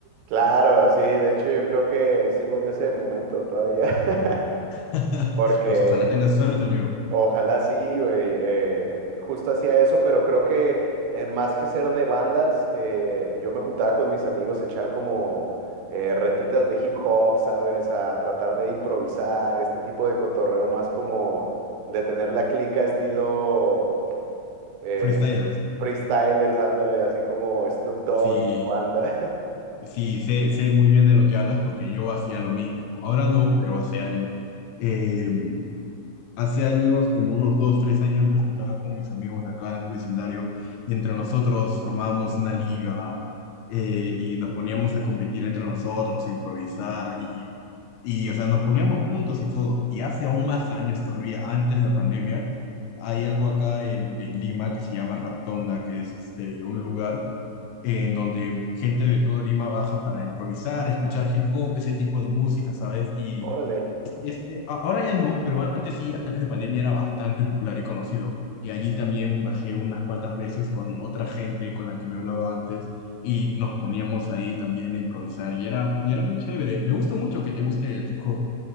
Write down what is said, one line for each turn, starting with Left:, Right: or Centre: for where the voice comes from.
Right: Claro, sí, de hecho yo creo que sigo en ese momento todavía, <laughs>
Left: <laughs>
Right: porque
Left: Pues ojalá tengas suerte, amigo.
Right: ojalá sí, güey, eh, justo hacía eso, pero creo que eh, más que ser de bandas, eh, yo me juntaba con mis amigos a echar como eh, retitas de hip hop, ¿sabes? A tratar de improvisar, este tipo de cotorreo más como de tener la clica estilo eh,
Left: Freestylers.
Right: freestylers, ándale, así como Snoop Dogg
Left: Sí.
Right: y su banda. <laughs>
Left: Sí, sé, sé muy bien de lo que hablas porque yo hacía lo mismo. Ahora no, pero hace años. Eh, Hace años, como unos dos, tres años, me juntaba con mis amigos de acá del vecindario y entre nosotros formábamos una liga eh, y nos poníamos a competir entre nosotros, a improvisar y, y, o sea, nos poníamos puntos y todo. Y hace aún más años todavía, antes de la pandemia, hay algo acá en, en Lima que se llama Raptonda, que es este, un lugar en donde gente de todo Lima baja para improvisar, escuchar hip hop, ese tipo de música, ¿sabes? Y
Right: Órale.
Left: este, a- ahora ya no, pero antes sí, antes de pandemia era bastante popular y conocido. Y allí también bajé unas cuantas veces con otra gente con la que me hablaba antes y nos poníamos ahí también a improvisar y era, y era muy chévere. Me gusta mucho que te guste el hip hop.